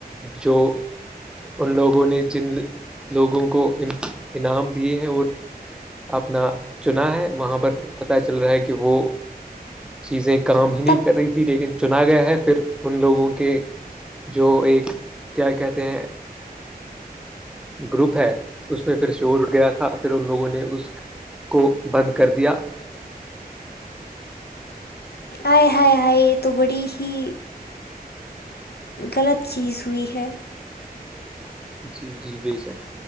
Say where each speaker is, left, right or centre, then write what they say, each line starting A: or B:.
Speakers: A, in the centre; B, on the left.
A: جو ان لوگ لوگوں نے جن لوگوں کو انعام دیے ہیں اور اپنا چنا ہے وہاں پر پتا چل رہا ہے کہ وہ چیزیں کام ہی نہیں
B: تب
A: کر رہی تھی لیکن چنا گیا ہے پھر ان لوگوں کے جو ایک کیا کہتے ہیں گروپ ہے اس میں پھر ش اٹھ گیا تھا پھر ان لوگوں نے اس کو بند کر دیا
B: ہائے ہائے ہائے تو بڑی ہی غلط چیز ہوئی ہے
A: جی جی بے شک